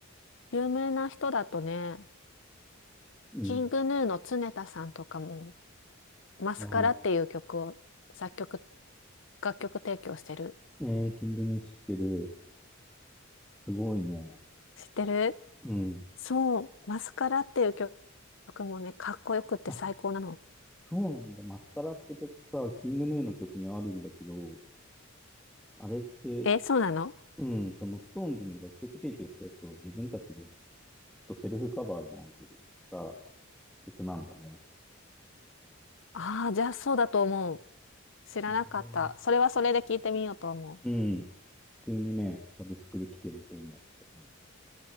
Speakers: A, on the left (about 65°); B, in the centre.
A: う。有名な人だとね、
B: うん。
A: キングヌーの常田さんとかも、マスカラっていう曲を作曲、
B: あ
A: 楽曲提供してる。
B: ー、えー、キングヌー知ってる。すごいね。
A: 知ってる
B: うん。
A: そう、マスカラっていう曲もね、かっこよくって最高なの。
B: あ、そうなんだ。マスカラって曲さ、キングヌーの曲にあるんだけど、あれって、
A: え、そうなの
B: うん、そのストーンズに楽曲提供したやつを自分たちできっとセルフカバーじゃないけど、した曲なんだね。
A: ああー、じゃあそうだと思う。知らなかった。
B: うん
A: それはそれで聞いてみようと思
B: うん。普通にね、サブスクで聴けると思う。僕も